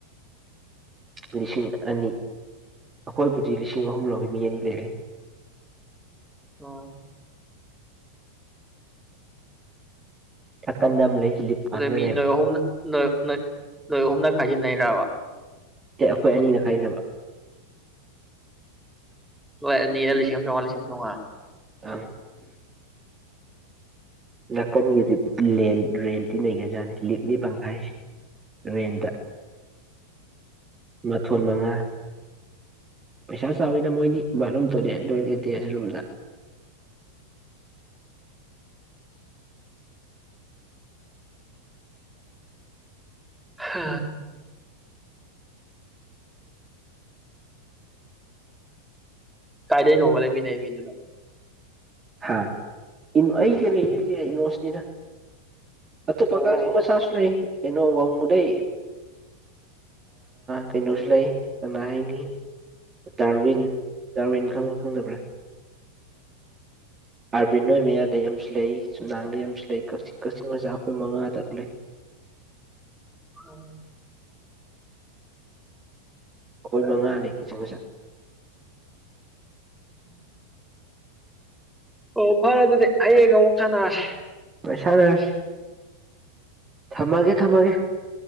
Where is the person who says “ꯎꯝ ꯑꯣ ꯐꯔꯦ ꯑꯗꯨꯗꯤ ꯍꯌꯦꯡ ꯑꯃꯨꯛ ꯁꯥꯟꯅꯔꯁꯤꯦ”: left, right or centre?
Centre